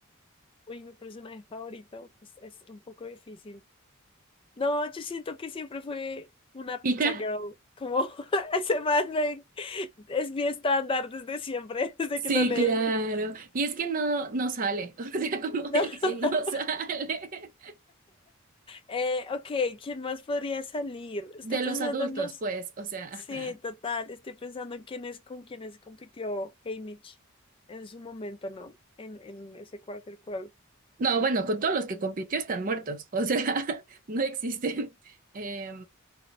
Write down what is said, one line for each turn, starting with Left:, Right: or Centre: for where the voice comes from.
Left: Uy, mi personaje favorito pues, es un poco difícil. No, yo siento que siempre fue una
Right: ¿Pita?
Left: pizza girl. Como <laughs> ese man me- es mi estándar desde siempre, <laughs> desde
Right: Sí,
Left: que lo leí.
Right: claro. Y es que no, no sale, <laughs> o sea, como
Left: No.
Right: él
Left: <laughs>
Right: sí no <laughs> sale.
Left: Eh, ok, ¿quién más podría salir? Estoy
Right: De
Left: pensando
Right: los adultos,
Left: en los...
Right: pues, o sea,
Left: Sí,
Right: ajá.
Left: total, estoy pensando en quiénes con quiénes compitió Haymitch en su momento, ¿no? En, en ese quarter quo.
Right: no, bueno, con todos los que compitió están muertos, o sea, <laughs> no existen. Eh,